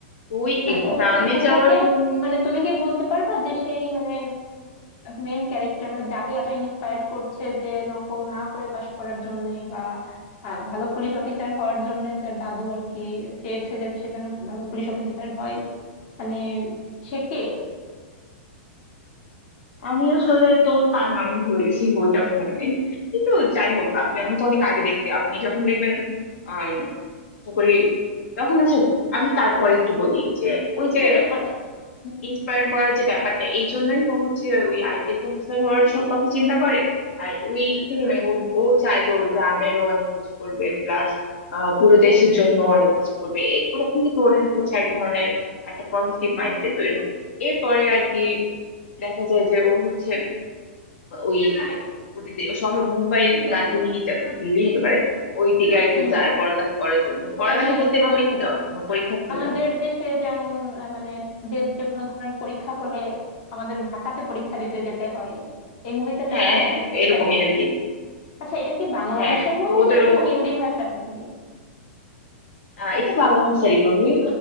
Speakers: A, on the left; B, on the left.
A: তো ওই
B: মানে
A: এক্সামে
B: ওর ইচ্ছা
A: যাওয়ার
B: থাকে
A: জন্য
B: মানে তুমি কি বলতে পারবা যে সেই মানে মেইন ক্যারেক্টার মানে যাকে এত ইন্সপায়ার করছে যে নকল না করে পাশ করার জন্য বা আহ, ভালো পুলিশ অফিসার হওয়ার জন্য তার দাদু আর কি চেয়েছে যে সে যেন ভালো পুলিশ অফিসার হয় মানে সে কে
A: আমি আসলে তো তার নাম ভুলে গেছি বইটা তো মনে নেই কিন্তু যাই
B: আচ্ছা।
A: হোক আপনি আমি তো অনেক আগে দেখতে আপনি যখন দেখবেন আম, আশা করি তখন আচ্ছা আমি তারপরে একটু বলি যে ওই যে
B: মানে আ-
A: ইন্সপায়ার
B: হুম
A: করার যে ব্যাপারটা এই জন্যই ও হচ্ছে ওই আইপিএস অফিসার হওয়ার সব কথা চিন্তা করে আর ওই থেকে মানে ও ও চায় যে ওর গ্রামেরও অনেক কিছু করবে প্লাস পুরো দেশের জন্য অনেক কিছু করবে এ- ওরকম থেকে ওর হচ্ছে এক ধরনের একটা পজিটিভ মাইন্ডসেট তৈরি হয় এরপরে আর কি দেখা যায় যে ও হচ্ছে ওই ওদের দে- শহর মুম্বাই না দিল্লি যেন দিল্লি হতে পারে ওই দিকে আর
B: হুম,
A: কি যায় পড়ালেখা করার জন্য পড়ালেখা
B: মানে
A: বলতে
B: আম-
A: পরীক্ষা দেওয়ার জন্য পরীক্ষা দিতে
B: আমাদের
A: না।
B: দেশে যেমন আহ, মানে যে যে কোনো ধরনের পরীক্ষা হলে আমাদের ঢাকাতে পরীক্ষা দিতে যেতে হয় এই মুভিটাতেও
A: হ্যাঁ
B: সে
A: হ্যাঁ এরকমই
B: তেমন
A: আর কি
B: আচ্ছা এটা কি বাংলা
A: হ্যাঁ
B: ভাষার মুভি
A: তো ওদেরও
B: নাকি হিন্দি ভাষার মুভি
A: আহ, এটা বাংলা ভাষারই মুভি